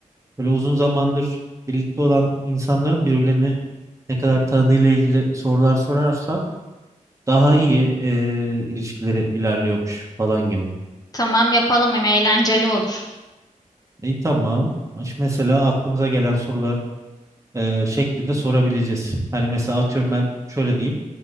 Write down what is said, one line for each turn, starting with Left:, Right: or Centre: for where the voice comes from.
Right: Böyle uzun zamandır birlikte olan insanların birbirlerini ne kadar tanıdığıyla ilgili sorular sorarsam daha iyi eee, ilişkileri ilerliyormuş falan gibi.
Left: tamam yapalım hem eğlenceli olur.
Right: İyi tamam. Aş- Mesela aklımıza gelen sorular eee, şeklinde sorabileceğiz. Hani mesela atıyorum ben şöyle diyeyim.